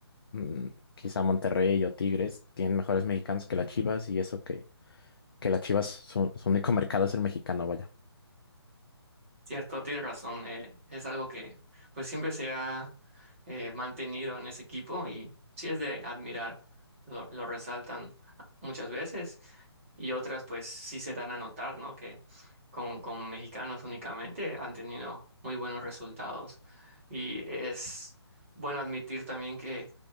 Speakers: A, on the left; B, on the right.
A: mm, quizá Monterrey o Tigres, tienen mejores mexicanos que las Chivas y eso que, que las Chivas, su, su único <laughs> mercado es el mexicano, vaya.
B: Cierto, tienes razón. eh, es algo que pues siempre se ha eh, mantenido en ese equipo y sí es de admirar. Lo, lo resaltan muchas veces y otras pues sí se dan a notar, ¿no? Que con, con mexicanos únicamente han tenido muy buenos resultados. Y es bueno admitir también que